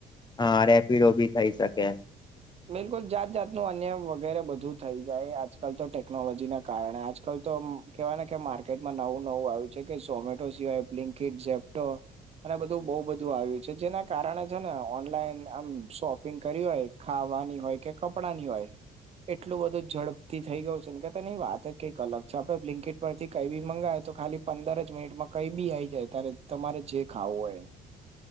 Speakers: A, on the left; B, on the right.
A: હા રેપિડો બી થઇ શકે
B: બિલકુલ જાત જાતનું અન્યાય વગેરે બધું થઈ જાય આજકાલ તો ટેકનોલોજીના કારણે આ કઈ તો કેવાય ને કે માર્કેટમાં નવું નવું આવ્યું છે કે ઝમેટો સિવાય બ્લિન્કિટ ઝેપ્ટો અને બધું બહુ બધું આવ્યું છે જેના કારણે છે ને ઓનલાઈન આમ શોપિંગ કર્યું હોય ખાવાની હોય કે કપડાં ની હોય એટલું બધું ઝડપથી થઈ ગયું છે ને કેતા ની વાત જ કંઈક અલગ છે આપણે બ્લિંકેટ પરથી કઈ બી મંગાવાય તો ખાલી પંદર જ મિનિટમાં કઈ બી આઈ જાય ત્યારે તમારે જે ખાવું હોય